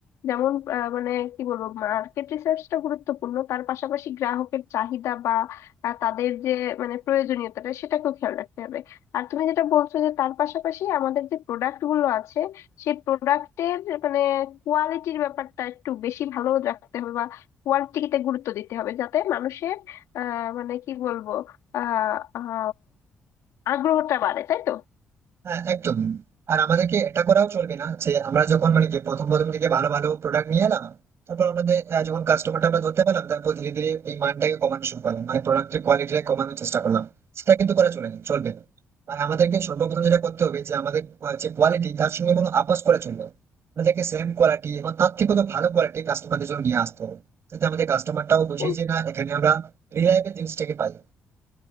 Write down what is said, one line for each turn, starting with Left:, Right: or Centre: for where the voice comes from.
Left: যেমন আহ, মানে কি বলবো মার্কেট রিসার্চটা গুরুত্বপূর্ণ তার পাশাপাশি গ্রাহকের চাহিদা বা আহ, তাদের যে মানে প্রয়োজনীয়তাটা সেটাকেও খেয়াল রাখতে হবে আর তুমি যেটা বলছো যে তার পাশাপাশি আমাদের যে প্রোডাক্ট গুলো আছে সেই প্রোডাক্টের মানে কোয়ালিটির ব্যাপারটা একটু বেশি ভালো রাখতে হবে বা কোয়ালিটিতে গুরুত্ব দিতে হবে যাতে মানুষের আহ মানে কি বলবো আহ আহ আগ্রহটা বাড়ে তাই তো
Right: হ্যাঁ একদম আর আমাদেরকে এটা করাও চলবে না যে আমরা যখন মানে কি প্রথম প্রথম থেকে ভালো ভালো প্রোডাক্ট নিয়ে এলাম তারপর আমাদের আহ, যখন কাস্টমারটা আমরা ধরতে পারলাম তারপর ধীরে ধীরে এই মানটাকে কমানো শুরু করলাম মানে প্রোডাক্টের কোয়ালিটিটা কমানোর চেষ্টা করলাম সেটা কিন্তু করা চলে না চলবে না আর আমাদেরকে সর্বপ্রথম যেটা করতে হবে যে আমাদের আহ, যে কোয়ালিটি তার সঙ্গে কোনো আপোষ করা চলবে না। আমাদেরকে সেম কোয়ালিটি এবং তার থেকেও তো ভালো কোয়ালিটি কাস্টমারদের জন্য নিয়ে আসতে হবে যাতে আমাদের কাস্টমারটাও বুঝে
Left: কিন্তু
Right: যে না এখানে আমরা রিলায়েবল জিনিসটাকে পাই